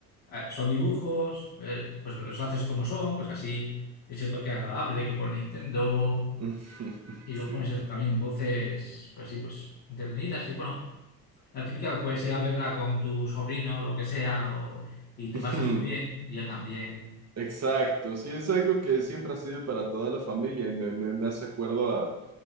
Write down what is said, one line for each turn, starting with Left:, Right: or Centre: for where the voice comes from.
Left: ah, son dibujos, eh, pues los haces como son, pues así ese toque agradable que pone Nintendo,
Right: <laughs>
Left: y luego
Right: sí.
Left: pones también voces, pues sí, pues entretenidas. Y bueno, la típica puedes ir a verla con tu sobrino, lo que sea, o- y te
Right: <laughs>
Left: pasas tú bien, y ya también,
Right: Exacto, sí, es algo que siempre ha sido para toda la familia y me, me, me hace acuerdo a,